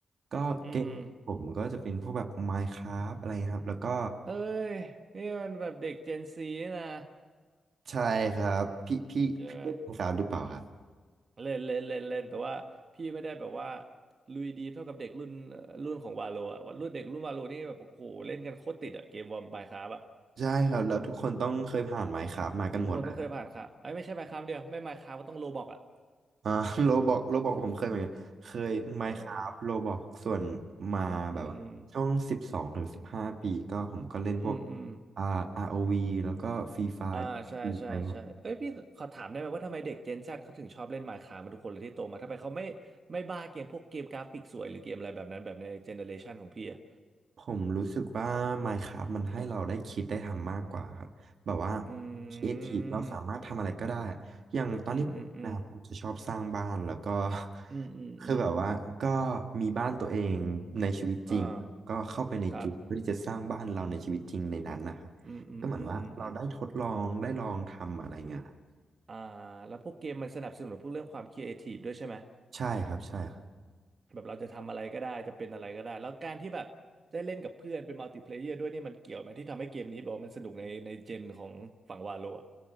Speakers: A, on the right; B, on the right.
A: ก็เกมผมก็จะเป็นพวกแบบ
B: อืม
A: Minecraft อะไรครับแล้วก็
B: เอ้ยนี่มันแบบเด็กเจนซีนะ
A: ใช่ครับพี่พี่พี่เล่น
B: ใช่ไหม
A: Minecraft หรือเปล่าครับ
B: เล่นเล่นเล่นเล่นแต่ว่าพี่ไม่ได้แบบว่าลุยดีเท่ากับเด็กรุ่นเอ่อรุ่นของวาโลอ่ะรุ่นเด็กรุ่นวาโลนี่แบบโอ้โหเล่นกันโคตรติดอ่ะเกมวอร์มายคราฟอ่ะ
A: ใช่ครับแล้วทุกคนต้องเคยผ่าน Minecraft มากันหมดอะครับ
B: ทุกคนต้องเคยผ่านครับไอ้ยไม่ใช่มายคราฟเดียวไม่มายคราฟก็ต้องโลบอกอ่ะ
A: อ่า <laughs> โรบอกโรบอกผมเคยเหมือนกันเคยไมน์คราฟโรบอกส่วน
B: เออ
A: มาแบบว่าช่วงสิบสองถึงสิบห้าปีก็ผมก็เล่นพวก
B: อืมอืมอืมอืม
A: อ่า ROV แล้วก็ฟรีไฟร์
B: อ่าใช่ใช่ใช่เอ้ยพี่ขอถามได้ไหมว่าทำไมเด็ก
A: อะไร
B: Gen Z เขาถึงชอบเล่น Minecraft มาทุกคนเลยที่โตมาทำไมเขาไม่ไม่บ้าเกมพวกเกมกราฟิกสวยหรือเกมอะไรแบบนั้นแบบในเจเนอเรชันของพี่อ่ะ
A: ผมรู้สึกว่า Minecraft มันให้เราได้คิดได้ทำมากกว่าครับแบบว่า
B: อืม
A: ครีเอทีฟเราสามารถทำอะไรก็ได้อย่างตอนนี้นะครับผมจะชอบสร้างบ้านแล้วก็
B: อืมอืมอืม
A: <laughs>
B: อืมอืมอืม
A: คือแบบว่าก็มีบ้านตัวเองในชีวิตจริงก็เข้าไปในเกมเพื่อที่จะสร้างบ้านเราในชีวิตจริงในนั้นนะครับ
B: อ่าครับอืมอืมอืมอืมอืม
A: ก็เหมือนว่าเราได้ทดลองได้ลองทำอะไรเงี้ยครับ
B: อืมอ่าแล้วพวกเกมมันสนับสนุนพวกเรื่องความครีเอทีฟด้วยใช่ไหม
A: ใช่ครับใช่ครับ
B: แบบเราจะทำอะไรก็ได้จะเป็นอะไรก็ได้แล้วการที่แบบได้เล่นกับเพื่อนเป็นมัลติเพลเยอร์ด้วยนี่มันเกี่ยวไหมที่ทำให้เกมนี้แบบว่ามันสนุกในในเจนของฝั่งวาโลอะ